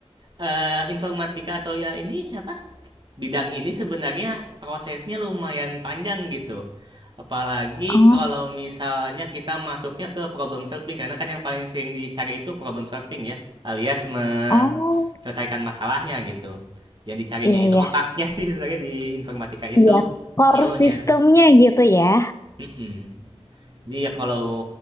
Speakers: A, on the right; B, on the left.
A: eh, informatika atau ya ini apa bidang ini sebenarnya prosesnya lumayan panjang gitu Apalagi
B: Oh.
A: kalau misalnya kita masuknya ke problem solving karena kan yang paling sering dicari itu problem solving ya, alias me-
B: Oh,
A: selesaikan masalahnya gitu. Yang dicarinya
B: iya
A: itu otaknya
B: ya.
A: <laughs> sih sebenarnya di informatika itu,
B: Iya, core
A: skillnya.
B: sistemnya gitu ya.
A: Mm-mm. Jadi ya kalau